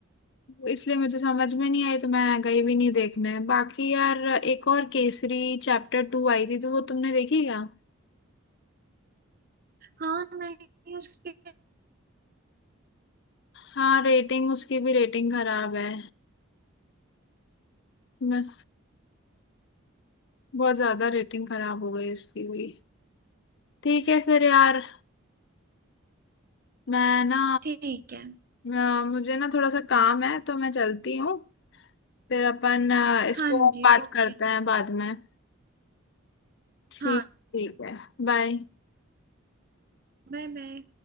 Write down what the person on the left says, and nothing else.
इसलिए मुझे समझ में नहीं आई तो मैं गई भी नहीं देखने बाकी यार एक और केसरी चैप्टर टू आई थी तो वो तुमने देखी क्या
हाँ रेटिंग उसकी भी रेटिंग खराब है मैं बहुत ज्यादा रेटिंग खराब हो गई उसकी भी ठीक है फिर यार मैं ना
अ, मुझे ना थोड़ा सा काम है तो मैं चलती हूँ फिर अपन अ, इस
पर
बात
करते हैं बाद में ठीक
ठीक है बाय